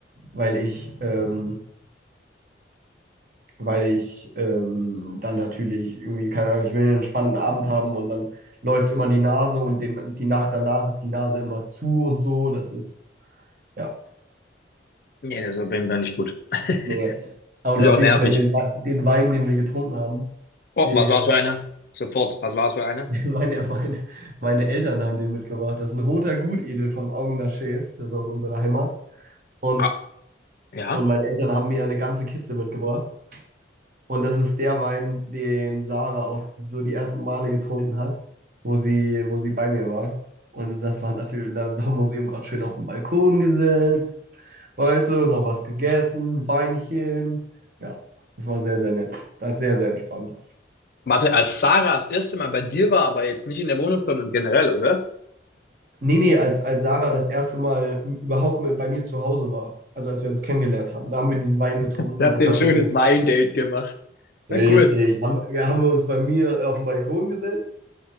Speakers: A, on the right; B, on the left.
A: weil ich, ähm, weil ich ähm, dann natürlich irgendwie, keine Ahnung, ich will einen entspannten Abend haben und dann läuft immer die Nase und den, die Nacht danach ist die Nase immer zu und so, das ist, ja,
B: Nee, das ist auf jeden Fall nicht gut. <laughs>
A: nee. Und
B: Ist
A: auf
B: auch nervig.
A: jeden Fall den, Wa- den Wein, den wir getrunken haben,
B: Oh,
A: der,
B: was war's für einer? Sofort, was war's für einer?
A: <laughs> Meine, meine, meine Eltern haben den mitgebracht. Das ist ein roter Gutedel vom Augener Schäf. Das ist aus unserer Heimat. Und,
B: Ah, ja?
A: und meine Eltern haben mir eine ganze Kiste mitgebracht. Und das ist der Wein, den Sarah auch so die ersten Male getrunken hat, wo sie, wo sie bei mir war. Und das war natürlich, da haben wir uns eben gerade schön auf den Balkon gesetzt. Weißt du, noch was gegessen, Weinchen. Ja, das war sehr, sehr nett. Das ist sehr, sehr entspannt.
B: Warte, als Sarah das erste Mal bei dir war, aber jetzt nicht in der Wohnung, sondern generell, oder?
A: Nee, nee, als, als Sarah das erste Mal m- überhaupt mit, bei mir zu Hause war, also als wir uns kennengelernt haben, da haben wir diesen Wein getrunken
B: Ihr
A: und
B: habt
A: das
B: ein
A: hatte
B: schönes
A: so
B: Weindate gemacht. Na
A: richtig,
B: cool.
A: haben, ja, haben wir uns bei mir äh, auf den Balkon gesetzt,